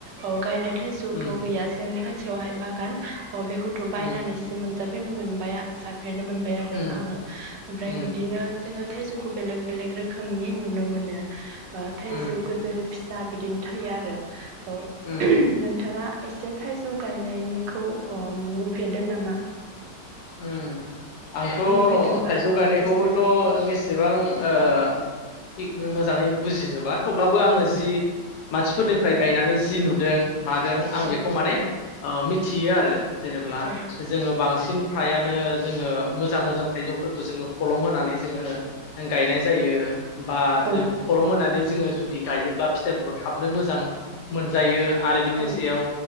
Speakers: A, on the right; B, on the left.
A: औ गायनाय थाइजौथ'
B: उम
A: गैया जोंनि खा थियावहाय बागान अ बेखौथ' बायनानैसो
B: उम
A: मोनजा <unintelligible> मोनबाया जा फेरनो मोनबाय आरो
B: उम
A: आङो। ओमफ्राय
B: उम
A: बिदिनो जोङो थाइजौखौ बेलेग बेलेग रोखोमनि नुनो मोनो। बा थाइजौ
B: उम
A: गोदोर फिसा बिदिनो थायो आरो। औ
B: उम
A: नोंथाङा एसे थाइजौ गायनायनिखौ अ नु फेेरदों नामा?
B: उम आंथ'
A: नुफेरदोंबा
B: थाइजौ गायनायखौबोथ'
A: औ एसे
B: <unintelligible> एसेबां ओ थिग मोजाङै बुजिजोबा थेवब्लाबो आङो जि मानसिफोरनिफ्राय गायनानै जि नुदों मादों आं
A: औ
B: बेखौ माने
A: औ
B: अ मिथियो आरो जेनब्ला
A: औ
B: जोङो बांसिन ओ जोङो मोजां मोजां थ इजौफोरखो जोङो कलम होनानै जोङो गायनाय जायो बा
A: औ
B: कलम होनानै जोङो जुदि गायोब्ला फिथाइफोरखौ थाबनो मोजां मोनजायो। आरो बिनि
A: औ
B: सायाव